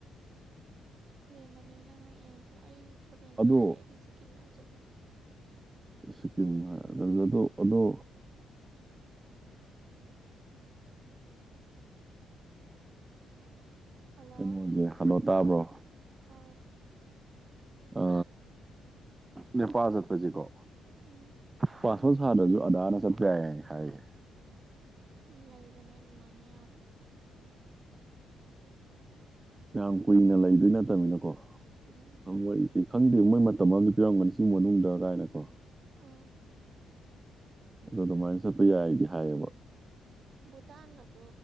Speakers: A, on the right; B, on the right.
A: ꯐꯣꯔꯦꯟꯗꯅꯦ ꯅꯪꯅ ꯌꯦꯦꯝꯁꯦ ꯑꯩ ꯐꯣꯔꯦꯟꯒ
B: ꯑꯗꯣ
A: ꯂꯥꯏꯔꯦ ꯑꯩꯗꯤ ꯁꯤꯀꯤꯝ ꯌꯥꯝ ꯆꯠꯅꯤꯡꯉꯤ
B: ꯁꯤꯀꯤꯝ ꯑꯗꯨꯣ ꯑꯗꯣ
A: ꯍꯜꯂꯣ
B: ꯀꯩꯅꯣꯁꯦ ꯍꯜꯂꯣ ꯇꯥꯕ꯭ꯔꯣ
A: ꯑ
B: ꯑ ꯅꯦꯄꯥꯜ ꯆꯠꯄꯁꯤꯀꯣ
A: ꯎꯝ
B: ꯄꯥꯁꯄꯣꯠ ꯁꯥꯗ꯭ꯔꯁꯨ ꯑꯗꯥꯅ ꯆꯠꯄ ꯌꯥꯏ ꯍꯥꯏꯌꯦꯦ
A: ꯎ ꯂꯩꯕꯅꯦ ꯑꯗꯨꯃꯥꯏꯅ ꯌꯥꯕ
B: ꯌꯥꯝ ꯀꯨꯏꯅ ꯂꯩꯗꯣꯏ ꯅꯠꯇ ꯠꯇꯃꯤꯅꯀꯣ
A: ꯎꯝ
B: ꯈꯪꯕꯣꯏ ꯈꯪꯗꯦ ꯃꯣꯏ ꯃꯇꯝ ꯑꯨ ꯄꯤꯔꯝꯒꯅꯤ ꯁꯤꯒꯤ ꯃꯅꯨꯡꯗ ꯀꯥꯏꯅꯀꯣ
A: ꯑꯥ
B: ꯑꯗꯨ ꯑꯗꯨꯃꯥꯏꯅ ꯆꯠꯄ ꯌꯥꯏꯗꯤ ꯍꯥꯏꯌꯦꯕ
A: ꯚꯨꯇꯥꯟꯒꯁꯨ